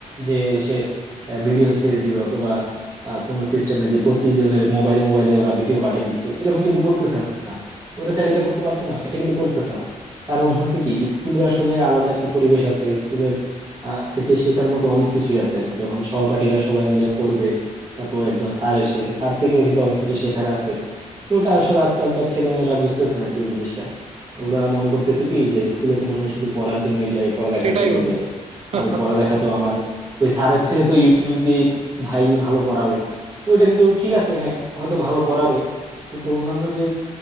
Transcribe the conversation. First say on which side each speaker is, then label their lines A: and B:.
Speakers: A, on the right; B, on the right.
A: যে এসে ভিডিও ছেড়ে দিবে অথবা আহ, কোনো সিস্টেম নেই যে প্রতিজনের মোবাইলে মোবাইলে ওরা ভিডিও পাঠিয়ে দিচ্ছে এরকম কিন্তু করতেছে না ওরা চাইলে এটা করতে পারতো না এটা কিন্তু করতেছে না কারণ হচ্ছে কি স্কুলে আসলে আলাদা একটা পরিবেশ আছে স্কুলের আহ, থেকে শেখার মতো অনেক কিছুই আছে আর কি যখন সহপাঠীরা সবাই মিলে পড়বে তারপর একজন স্যার এসে স্যার থেকেও কিন্তু অনেক কিছু শেখার আছে তো ওটা আসলে আজকালকার ছেলেমেয়েরা বুঝতেছে না আর কি ওই জিনিসটা ওরা মনে করতেছে কি যে স্কুলে তো মনে হয় শুধু পড়ার জন্যই যাই পড়ালেখার
B: সেটাই
A: জন্যই
B: বন্ধু
A: যাই
B: <laughs>
A: আর ওই পড়ালেখা তো আমার ওই স্যারের চেয়ে তো ইউটিউব দিয়ে ভাই ভালো পড়াবে তো ওটা কিন্তু ঠিক আছে হ্যাঁ হয়তো ভালো পড়াবে কিন্তু অন্যান্য যে